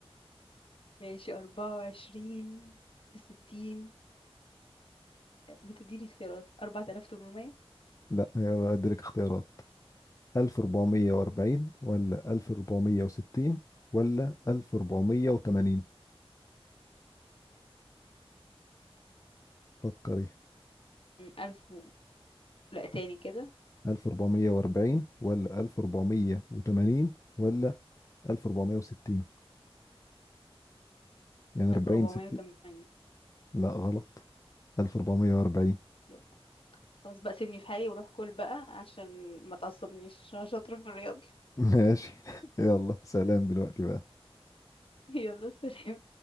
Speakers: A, on the left; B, on the left.
A: <laughs> ماشي أربعة وعشرين بستين بتديني اختيارات أربعة آلاف تمنمية
B: لأ هي أديلك اختيارات 1440 ولا 1460 ولا 1480 فكري
A: ألف و... لا تاني كده
B: 1440 ولا 1480 ولا 1460 يعني 40
A: ألف ربعمية
B: 60
A: وتمانين
B: لا غلط 1440
A: يبقى خلاص بقى سيبني في حالي وروح كل بقى عشان ما تعصبنيش عشان شاطرة في الرياضة
B: <laughs> ماشي <laughs> يلا سلام دلوقتي بقى
A: <laughs> يلا سلام